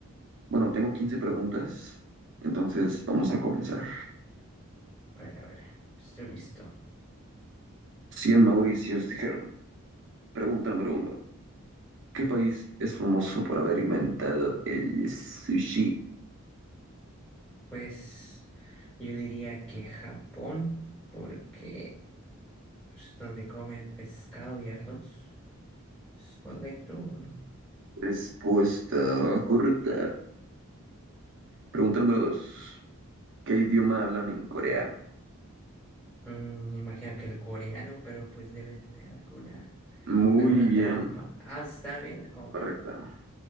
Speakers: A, on the right (about 55°); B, in the centre.
A: Bueno, tengo 15 preguntas, entonces vamos a comenzar.
B: A ver, a ver, estoy listo.
A: 100 Mauricios dijeron, pregunta número uno, ¿qué país es famoso por haber inventado el sushi?
B: Pues yo diría que Japón, porque es donde comen pescado y arroz. ¿Es correcto o no?
A: Respuesta correcta. Pregunta número dos, ¿qué idioma hablan en Corea?
B: Mm, imagino que el coreano, pero pues debe tener alguna,
A: Muy
B: alguna
A: bien,
B: trampa. Ah, está bien, ok.
A: correcta.